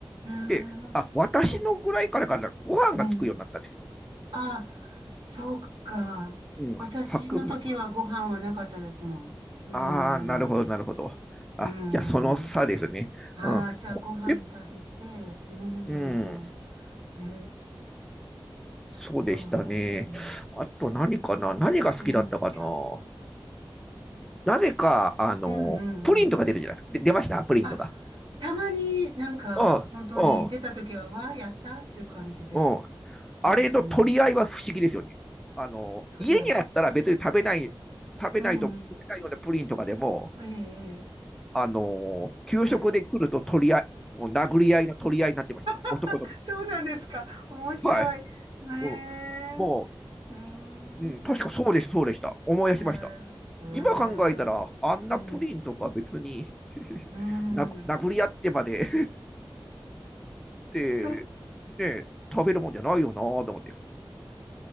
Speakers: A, on the right; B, in the centre.
A: へえ、
B: で、あ、私のぐらいからかな、
A: あ、
B: ご飯がつくようになったんですよ。
A: うん。あ、そうか。
B: うん、
A: 私の時はご飯はなかったですもん。
B: 白米。
A: うーん。
B: ああー、なるほど、なるほど。
A: うーん。
B: あ、じゃあその差ですね。
A: ああ、
B: うん。
A: じゃあご飯食べて。
B: え、
A: うーん。
B: うん、
A: うんうんへえ、そっか。
B: そうでしたね。
A: え
B: あと何かな何が好きだったかな
A: え
B: なぜか、あの、
A: うんうんうんうんうん。
B: プリンとか出るじゃないですか。で、出ましたプリンとか。
A: あ、たまになんか、
B: うん、
A: 本当に出た時は、
B: うん、
A: わあ、やったっていう感じで
B: うん。
A: 出ましたね。
B: あれの取り合いは不思議ですよね。あの、
A: とりあえず。
B: 家にあったら別に食べない、食べないと、
A: うんうん。
B: 食べないようなプリンとかでも、
A: ええ、ええ。
B: あの、給食で来ると取り合い、
A: はい。
B: もう殴り合いの取り合いになってましたよ。
A: <laughs>
B: 男の子。
A: あそうなんですか。面白い。
B: はい。
A: ええ
B: もう、も
A: うーん。
B: う、うん、確かそうです、そうでした。思い出しました。
A: ええええ
B: 今考えたら、あんなプリンとか別に
A: うん。
B: <laughs>
A: うん。
B: 殴殴り合ってまで <laughs> ってね、
A: <laughs>
B: 食べるもんじゃないよなと思って。